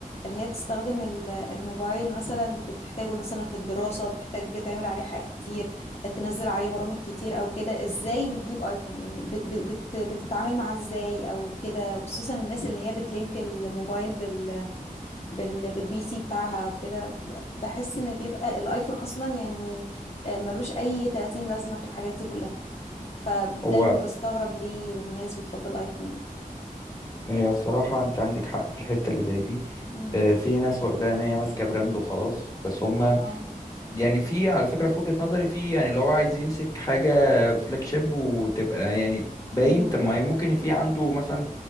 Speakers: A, on the left; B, on the left.
A: اللي هي تستخدم ال- الموبايل مثلا بتحتاجه مثلا في الدراسه بتحتاج تعمل عليه حاجات كتير تنزل عليه برامج كتير او كده ازاي بتجيب ايفون يعني بت بت بت- بتتعامل معاه ازاي او كده وخصوصا الناس اللي هي بتلينك الموبايل بال بالبي سي بتاعها او كده بحس ان بيبقى الايفون اصلا يعني آه، ملوش اي 30 لازمة في الحاجات دي كلها فدايما
B: هو
A: بستغرب ليه الناس بتفضل ايفون يعني
B: هي الصراحه انت عندك حق في الحته اللي زي دي
A: امم
B: آه، في ناس واخداها ان هي ماسكه براند وخلاص بس هم
A: اه
B: يعني في على فكره في وجهه نظري في يعني لو هو عايز يمسك حاجه فلاج شيب وتبقى يعني باين
A: امم
B: طب ما ممكن في عنده مثلا